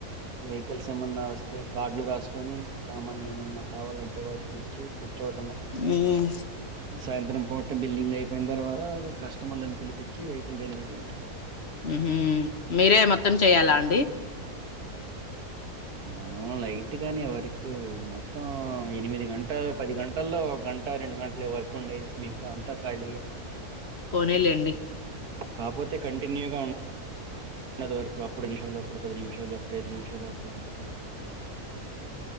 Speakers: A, on the right; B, on the left.
A: వెహికల్స్ ఏమన్నా వస్త తే కార్డులు రాసుకొని సామాన్లు ఏమన్నా కావాలంటే వాటికి ఇచ్చి కూచోటమే
B: మ్మ్
A: సాయంత్రం హోట బిల్డింగ్ అయిపోయిన తర్వాత కస్టమర్ అని పిలిపి చి వెహికల్ డెలివీయ్యటమే
B: ఉమ్మ్ మీరే మొత్తం చెయ్యాలా అండి
A: మనం లైట్ గానే వర్క్ మొత్తం ఎనిమిది గంటలు పది గంటల్లో ఒక గంట రెండు గంటలు వర్క్ ఉండేది మిగతా అంతా కాళీఏ
B: పోనీలేండి
A: కాపోతే కండి కంటిన్యూగా ఉన్నా ఉండదు వర్క్ అప్పుడు నిమిషాలు అప్పుడు పది నిమిషాలు అప్పుడు ఐదు నిమిషాలు అట్లా ఉంటాది